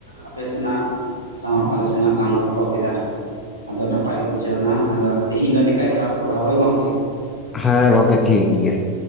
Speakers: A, on the left; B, on the left.
A: ᱟᱯᱮ ᱥᱮᱱᱟᱜ ᱥᱟᱶ ᱟᱞᱮ ᱥᱮᱱᱟᱜ ᱞᱟᱝ ᱜᱚᱞᱯᱚ ᱠᱮᱫᱟ᱾ ᱟᱫᱚ ᱱᱟᱯᱟᱭ ᱜᱮ ᱵᱩᱡᱷᱟᱹᱣ ᱮᱱᱟ ᱟᱫᱚ ᱛᱤᱦᱤᱧ ᱫᱚ ᱱᱤᱠᱟ ᱜᱮᱞᱟᱝ ᱨᱚᱯᱚᱲᱟ ᱦᱚᱭ ᱜᱚᱢᱠᱮ ᱾
B: ᱦᱮᱸ ᱜᱚᱝᱠᱮ ᱴᱷᱤᱠ ᱜᱮᱭᱟ ᱾